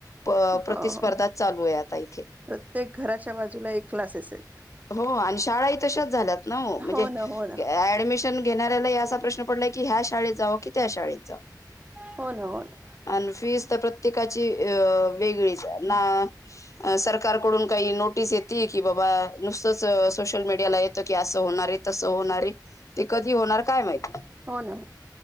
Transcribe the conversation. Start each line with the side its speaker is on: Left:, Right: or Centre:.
Left: प.. प्रतिस्पर्धा
Right: हो हो
Left: चालू आहे आता इथे.
Right: प्रत्येक घराच्या बाजूला एक क्लासेस आहेत.
Left: हो आणि शाळाही तशाच झाल्यात ना, म्हणजे
Right: हो ना हो ना
Left: ऍडमिशन घेणाऱ्याला- याचा प्रश्न पडला की, ह्या शाळेत जाव, की त्या शाळेत जाव,
Right: हो ना हो ना
Left: आन फीस तर प्रत्येक- प्रत्येकाची वेगळीच आहे. ना- अ सरकारकडून काही नोटीस यतील की, बाबा नुसतंच सोशल मीडि- याला येत की, असं होणारे तसं होणारे ते कधी होणार काय माहित?
Right: हो ना हो.